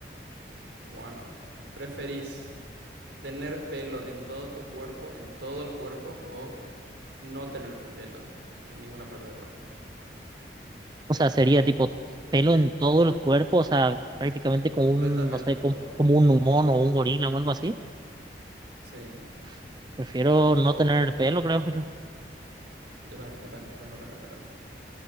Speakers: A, on the right; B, on the right.
A: Bueno, ¿preferís tener pelo en todo tu cuerpo, en todo el cuerpo, o no tener pelo en ninguna parte del cuerpo?
B: o sea, sería tipo pelo en todo el cuerpo, o sea, prácticamente como
A: Completamente
B: un, no sé,
A: todo.
B: como, como un mono o un gorila o algo así.
A: Sí.
B: Uf, Prefiero no
A: O
B: tener pelo, creo yo.
A: yo también, yo también prefiero no tener pelo. no.